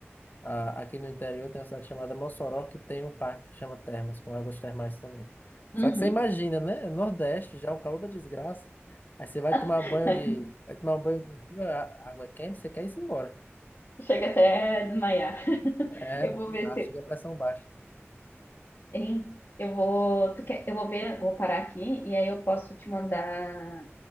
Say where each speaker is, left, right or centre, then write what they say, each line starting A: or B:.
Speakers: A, on the left (about 40°); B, on the left (about 60°).
A: ah, aqui no interior tem uma cidade chamada Mossoró, que tem um parque que chama Termas, com águas termais também.
B: Uhum.
A: Só que você imagina, né? Nordeste, já o calor da desgraça. Aí você vai tomar
B: <laughs>
A: banho de. Vai tomar um banho de rio, a- água é quente, você quer ir embora.
B: Chega até a desmaiar.
A: É,
B: Eu
A: não
B: vou ver
A: dá,
B: se
A: chega a pressão baixa.
B: Hein? Eu vou, tu quer, eu vou ver, vou parar aqui e aí eu posso te mandar